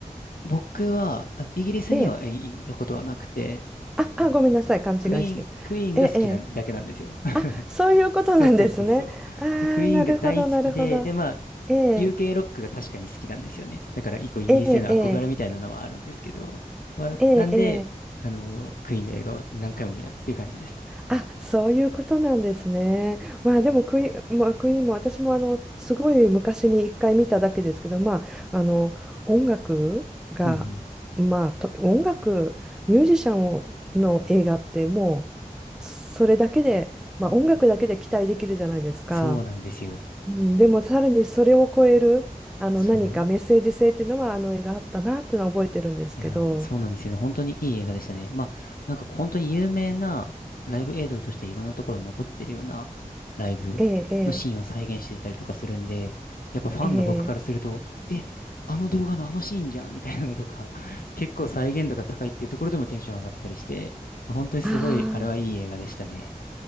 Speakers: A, on the left; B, in the centre.
A: 僕は、あイギリスにはえ行ったことはなくて、
B: ええ。あ、
A: あの、
B: あ、ごめんなさい、勘違いしてる。
A: クイーン、クイーンが好きなだけなんですよ。
B: ええ、ええ。
A: <laughs>
B: あ、そういうことなんですね。
A: そうそうそうそう。
B: ああ、
A: でクイーンが大好きで、
B: なるほど、なるほど。
A: で、まあ、
B: ええ、
A: UK ロックが確かに好きなんですよね。だから、以降イギリスへの憧れみたいなのはあるんですけど、
B: ええ、ええ、
A: まあ、
B: ええ、
A: なんで、
B: ええ
A: あの、クイーンの映画を何回も見たっていう感じです。
B: あ、そういうことなんですね。まあでもクイーン、まあ、クイーンも私もあのすごい昔に一回見ただけですけど、まあ、あの音楽が、
A: <laughs> うんうん。
B: まあ、と音楽ミュージシャンの映画ってもうそれだけで、まあ、音楽だけで期待できるじゃないですか。
A: そうなんですよ。
B: うん、でもさらにそれを超えるあの何かメッセージ性っていうのはあの映画あったなっていうのは覚えてるんですけど。
A: そう。いやー、そうなんですよね。本当にいい映画でしたね。まあ、なんか本当に有名なライブ映像としていろんなところに残ってるようなライブのシーンを再現してたりとかするんで、
B: ええ
A: やっぱファンの僕からすると、
B: ええええ
A: え、あの動画のあのシーンじゃんみたいなのとか、<laughs> 結構再現度が高いっていうところでもテンション上がったりして、本当にすごい、
B: あ
A: あれはいい映画でしたね。
B: あー